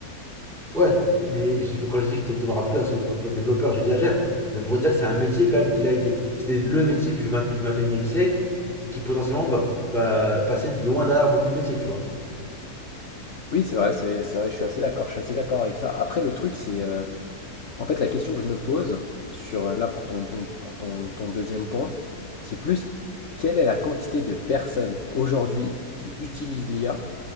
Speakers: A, in the centre; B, on the left.
A: Ouais, mais, mais quand je dis que tu n'auras plus un seul développeur, j'exagère. Mais pour dire que c'est un métier quand même qu'il a été, c'était le métier du, 20, du 21e siècle qui potentiellement va, va passer de loin derrière beaucoup de métiers, tu vois.
B: Oui, c'est vrai, c'est c'est vrai, je suis assez d'accord, je suis assez d'accord avec ça. Après, le truc, c'est... euh, En fait, la question que je me pose sur euh, là pour ton, ton- pour ton, ton deuxième point, c'est plus quelle est la quantité de personnes aujourd'hui qui utilisent l'IA